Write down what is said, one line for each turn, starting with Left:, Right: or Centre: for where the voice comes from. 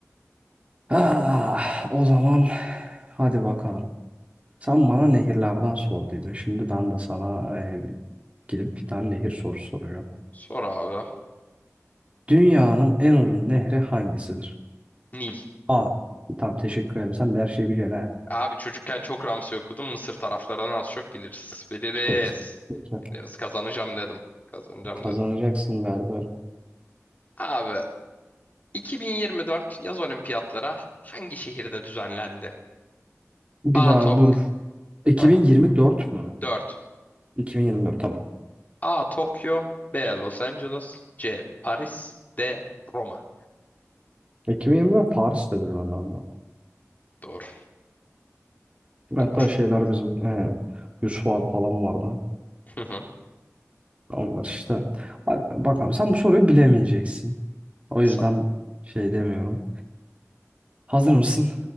Right: Ah, o zaman hadi bakalım. Sen bana nehirlerden sorduydun. Şimdi ben de sana e, gidip bir tane nehir sorusu soracağım.
Left: Sor abi.
Right: Dünyanın en uzun nehri hangisidir?
Left: Nil.
Right: A. Tamam teşekkür ederim. Sen de her şeyi biliyorsun ha.
Left: Abi çocukken çok Ramsey okudum. Mısır taraflarını az çok biliriz. Biliriz.
Right: Peki. Peki.
Left: Biliriz. Kazanacağım dedim. Kazanacağım
Right: Kazanacaksın
Left: dedim.
Right: galiba.
Left: Abi 2024 yaz olimpiyatlara hangi şehirde düzenlendi?
Right: Bir
Left: A.
Right: daha
Left: Tok
Right: Aa, dur. 2024
Left: Heh,
Right: mü?
Left: 4.
Right: 2024 tamam.
Left: A. Tokyo B. Los Angeles C. Paris D. Roma
Right: 2024 Paris'tedir anlamda.
Left: Doğru.
Right: Hatta
Left: Doğru.
Right: şeyler bizim e, Yusuf abi falan vardı.
Left: Hı hı.
Right: Onlar işte. Hadi bakalım sen bu soruyu bilemeyeceksin. O
Left: Sa-
Right: yüzden şey demiyorum. Hazır mısın?